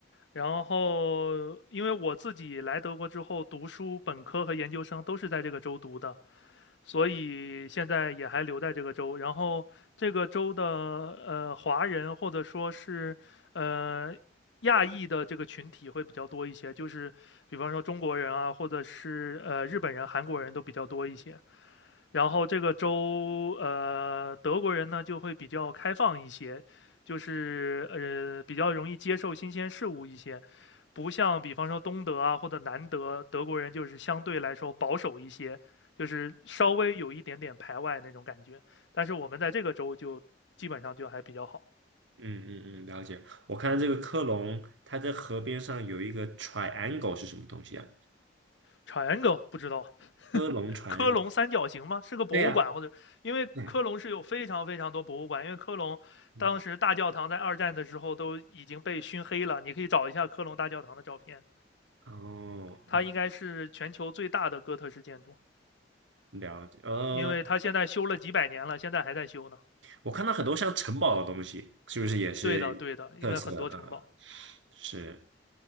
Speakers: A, on the left; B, on the right.
A: 然后，因为我自己来德国之后读书，本科和研究生都是在这个州读的，所以现在也还留在这个州。然后这个州的呃华人或者说是呃亚裔的这个群体会比较多一些，就是比方说中国人啊，或者是呃日本人、韩国人都比较多一些。然后这个州，呃，德国人呢就会比较开放一些，就是呃比较容易接受新鲜事物一些，不像比方说东德啊或者南德，德国人就是相对来说保守一些，就是稍微有一点点排外那种感觉。但是我们在这个州就基本上就还比较好。
B: 嗯嗯嗯，了解。我看到这个科隆，它在河边上有一个 triangle 是什么东西啊？
A: 长 r i 不知道，
B: 科隆 triangle，
A: 科隆三角形吗？是个博物馆，
B: 对呀、
A: 或者因为科隆是有非常非常多博物馆，
B: 对，
A: 因为科隆当时大教堂在二战的时候都已经被熏黑了，
B: 嗯，
A: 你可以找一下科隆大教堂的照片，
B: 哦，
A: 它应该是全球最大的哥特式建筑，
B: 嗯，了解。呃，
A: 因为它现在修了几百年了，现在还在修呢。
B: 我看到很多像城堡的东西，是不是也是特色？
A: 对的，对的，应该很多城堡。
B: 呃，是，